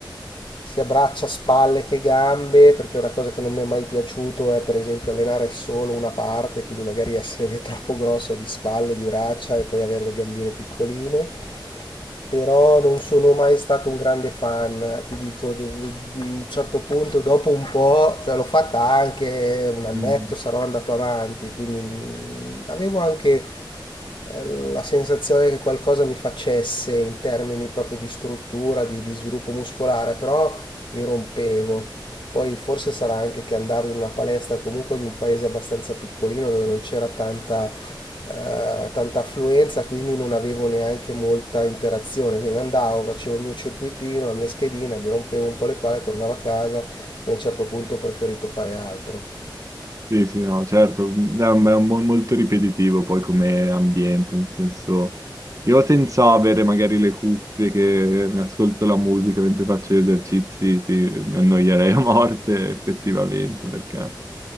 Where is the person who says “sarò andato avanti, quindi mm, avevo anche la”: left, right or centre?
Left